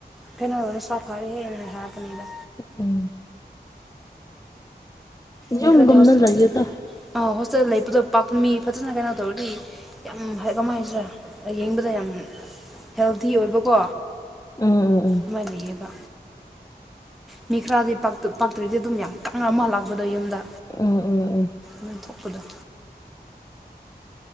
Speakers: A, in the centre; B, on the left (about 20°).
A: ꯈꯦꯟꯅꯔ ꯅꯁꯥ ꯐꯥꯔꯦꯍꯦꯅ ꯍꯥꯏꯔꯛꯀꯅꯤꯗ
B: ꯎꯝ ꯌꯨꯝꯒꯨꯝꯅ
A: ꯃꯤꯈꯔꯗꯤ ꯍꯣꯁ
B: ꯂꯩꯌꯦꯗ
A: ꯑꯥ ꯍꯣꯁꯇꯦꯜ ꯂꯩꯕꯗꯣ ꯄꯥꯛꯄ ꯃꯤ ꯐꯖꯅ ꯀꯩꯅꯣ ꯇꯧꯔꯗꯤ ꯌꯥꯝ ꯍꯥꯏ ꯀꯥꯃꯥꯏ ꯍꯥꯏꯁꯤꯔꯥ ꯌꯦꯡꯕꯗ ꯌꯥꯝ ꯍꯦꯜꯗꯤ ꯑꯣꯏꯕꯀꯣ
B: ꯎꯝ ꯎꯝ ꯎꯝ
A: ꯗꯨꯃꯥꯏ ꯂꯩꯑꯦꯕ ꯃꯤ ꯈꯔꯗꯤ ꯄꯥꯛꯇ ꯄꯥꯛꯇ꯭ꯔꯗꯤ ꯑꯗꯨꯝ ꯌꯥꯝ ꯀꯪꯅ ꯑꯃ ꯍꯜꯂꯛꯄꯗꯣ ꯌꯨꯝꯗ
B: ꯎꯝ ꯎꯝ ꯎꯝ ꯎꯝ
A: ꯃꯦꯟ ꯊꯣꯛꯄꯗꯣ